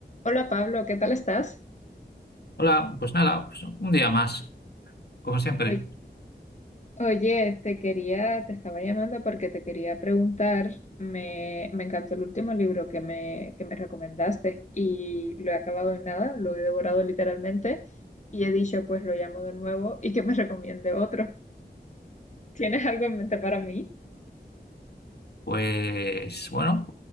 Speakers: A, on the left; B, on the left.
A: Hola Pablo, ¿qué tal estás?
B: Hola, pues nada, pues un día más, como siempre.
A: Oy- Oye, te quería, te estaba llamando porque te quería preguntar, me, me encantó el último libro que me, que me recomendaste y lo he acabado en nada, lo he devorado literalmente y he dicho, pues lo llamo de nuevo y que me recomiende otro. ¿Tienes algo en mente para mí?
B: Pues bueno,